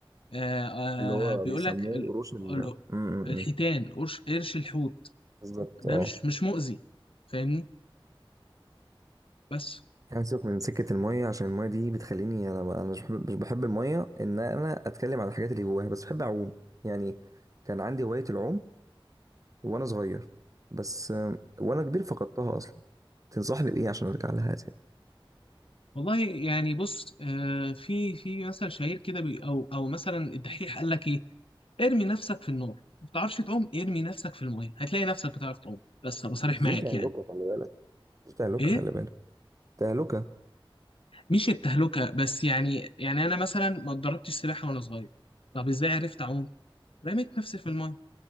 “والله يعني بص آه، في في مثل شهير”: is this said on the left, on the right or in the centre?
Left